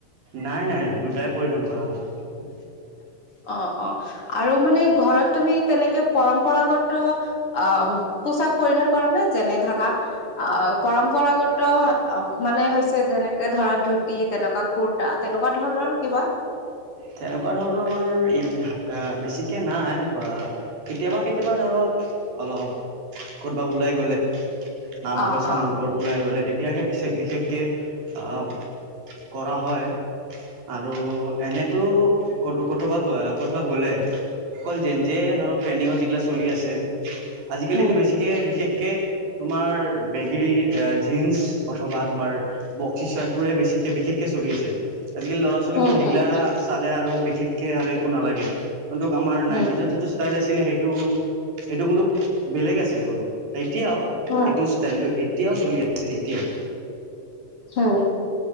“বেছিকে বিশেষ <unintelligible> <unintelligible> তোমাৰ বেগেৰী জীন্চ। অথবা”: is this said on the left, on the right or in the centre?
Right